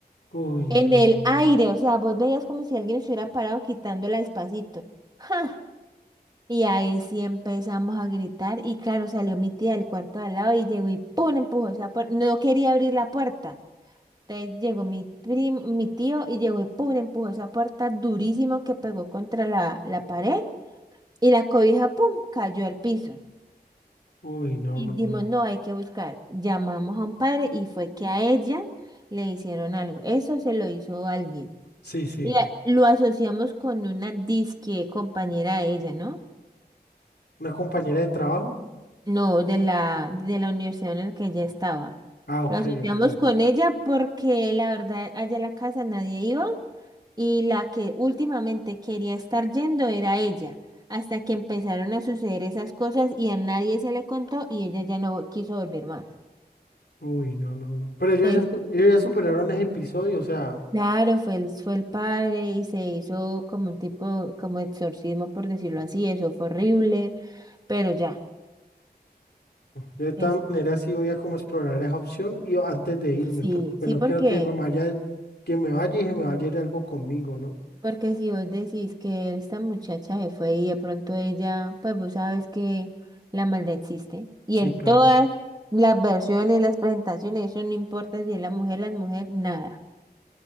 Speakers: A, on the left (about 85°); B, on the right (about 25°).
A: Uy,
B: En
A: no, no,
B: el
A: no.
B: aire, o sea, vos veías como si alguien se hubiera parado quitándola despacito. ¡Ja! Y ahí sí empezamos a gritar y claro, salió mi tía del cuarto de al lado y llegó y ¡pum! empujó esa puerta. No quería abrir la puerta. Entonces llegó mi prim- mi tío y llegó y pum, le empujó esa puerta durísimo que pegó contra la, la pared y la cobija, pum, cayó al piso.
A: Uy, no,
B: Y
A: no,
B: dijimos,
A: no.
B: no, hay que buscar. Llamamos a un padre y fue que a ella le hicieron algo. Eso se lo hizo alguien.
A: Sí, sí.
B: Y a- lo asociamos con una disque compañera de ella, ¿no?
A: ¿Una compañera de trabajo?
B: No, de la, de la universidad en la que ella estaba.
A: Ah, ok,
B: Lo asociamos
A: ok.
B: con ella porque la verdad allá a la casa nadie iba y la que últimamente quería estar yendo era ella, hasta que empezaron a suceder esas cosas y a nadie se le contó y ella ya no quiso volver más.
A: Uy, no, no, no. Pero ellos
B: Entonces,
A: ya, su- ellos ya superaron ese episodio, o sea,
B: claro, fue el, fue el padre y se hizo como un tipo, como exorcismo, por decirlo así, eso fue horrible, pero ya,
A: yo de todas
B: es,
A: maneras sí voy a como explorar esa opción y antes de irme,
B: sí,
A: porque pues
B: sí,
A: no
B: porque...
A: quiero que me vaya, que me vaya y se me vaya a ir algo conmigo, ¿no?
B: Porque si vos decís que esta muchacha se fue y de pronto ella, pues vos sabes que la maldad existe. Y
A: Sí,
B: en
A: claro.
B: todas las versiones, las presentaciones, eso no importa si es la mujer, la mujer, nada.